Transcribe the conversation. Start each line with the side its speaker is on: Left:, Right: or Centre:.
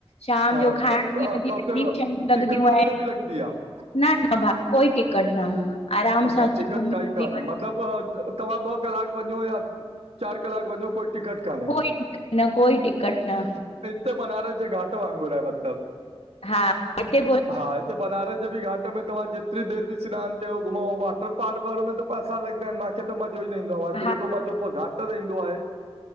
Left: शाम
Right: हा
Left: जो खाइण
Right: त
Left: <unintelligible>
Right: त हुते टिकट वग़ैरह बि लॻंदी आहे
Left: न न भा कोई टिकट न आराम
Right: अच्छा
Left: सां अची
Right: टिकट
Left: घुमी
Right: काई कान्हे।
Left: फिरी
Right: मतलब तव्हां ॿ कलाक वञो या चारि कलाक वञो, कोई टिकट कान्हे
Left: कोई टिकट न कोई टिकट न,
Right: ते बनारस जे घाट वांगुर आहे मतलब,
Left: हा हिते
Right: हा हिते बनारस जे बि घाट में तवां जेतिरी देर बि स्नानु कयो, घुमऊं वॉटर पार्क वारे में त पैसा लॻदाइन मांखे त मज़ो ई न ईंदो आ, मांखे
Left: हा
Right: जेको मज़ो घाट ते ईंदो आहे